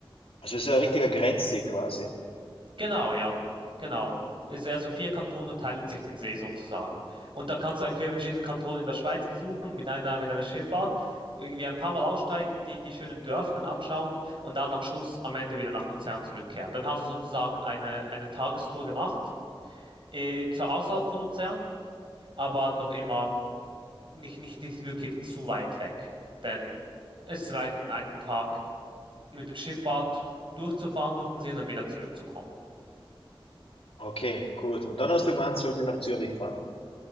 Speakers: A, on the left; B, on the right.
A: Also es ist ja ein richtiger Grenzsee quasi.
B: Genau, ja. Genau. Es- ist Also vier Kantone teilen sich den See sozusagen. Und da kannst du einen vier verschiedenen Kantonen in der Schweiz besuchen, mit einer, mit einer Schifffahrt, irgendwie ein paar Mal aussteigen, die, die schönen Dörfchen anschauen und dann am Schluss, am Ende wieder nach Luzern zurückkehren. Dann hast du sozusagen eine, eine Tagestour gemacht, äh, zwar außerhalb von Luzern, aber noch immer nicht, nicht, nicht wirklich zu weit weg. Denn es reicht in einem Tag mit dem Schifffahrt durchzufahren durch den See und dann wieder zurückzukommen.
A: Okay, gut. Und dann hast du gemeint, sollte ich nach Zürich fahren.